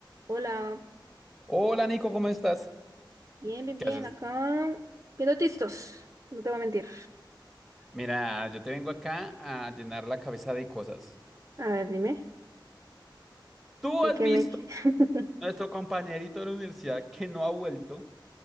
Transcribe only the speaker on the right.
Hola,
bien, bien, bien,
acá viendo tistos, no te voy a mentir.
A ver, dime,
¿de
qué
me...? <laughs>